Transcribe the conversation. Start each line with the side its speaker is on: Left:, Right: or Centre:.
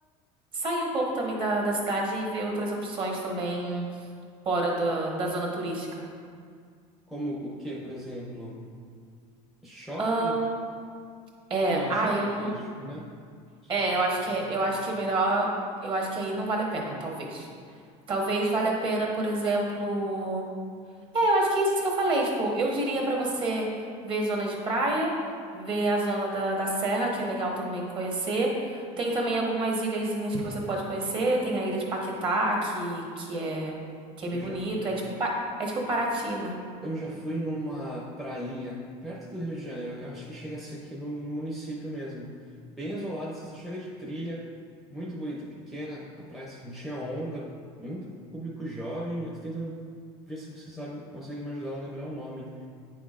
Right: sair um pouco também da, da cidade e ver outras opções também fora da, da zona turística.
Centre: Como o quê, por exemplo? Shopping?
Right: Ahn, é,
Centre: Não,
Right: ah,
Centre: shopping
Right: eu não,
Centre: turístico, né?
Right: é,
Centre: Acaba
Right: eu acho
Centre: sendo.
Right: que é, eu acho que é melhor, eu acho que aí não vale a pena, talvez. Talvez valha a pena, por exemplo, É, eu acho que é isso que eu falei. Tipo, eu diria pra você ver zonas de praia, ver a zona da, da serra, que é legal também conhecer. Tem também algumas ilhazinhas que você pode conhecer. Tem a ilha de Paquetá, que, que é, que é bem
Centre: Eu
Right: bonito.
Centre: já,
Right: É tipo, Pa- é tipo Paraty, né?
Centre: eu já fui numa prainha perto do Rio de Janeiro. Eu acho que chega a ser aqui no, no município mesmo. Bem isolada, você só chega de trilha. Muito bonita, pequena. A praia assim, tinha onda. Muito público jovem. Eu tô tentando ver se você sabe, consegue me ajudar a lembrar o nome.